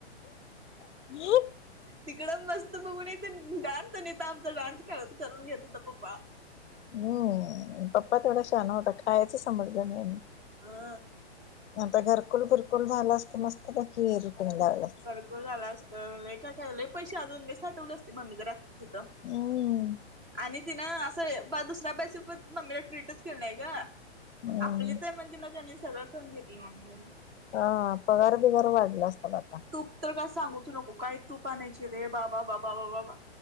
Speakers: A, on the left (about 85°); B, on the right (about 15°).
A: हम्म
B: तिकड मस्त बघूनेत डान्स आमचा डान्स करून घेत होता पप्पा
A: हम्म पप्पा थोडा शान होता. खायचं समजलं नाही.
B: हा
A: आता घरकुल भुरकुल झाल असत मस्तपैकी रुटीन लागलं असत.
B: झाल असतं लय काय काय लय पैसे अजून मी साठवले असते मम्मी जरा तिथ
A: हम्म
B: आणि तिनं असं दुसऱ्या बस <unintelligible> प मम्मीला ट्रीटच नाही ग
A: हम्म
B: आपलीचय म्हणते ना त्यांनी सगळं ठेऊन घेतलं म्हजे
A: अ पगार बिगार वाढला असत माझा.
B: तूप तर काय सांगूच नको काही तूप आणायची रे बा बा बा बा बाबा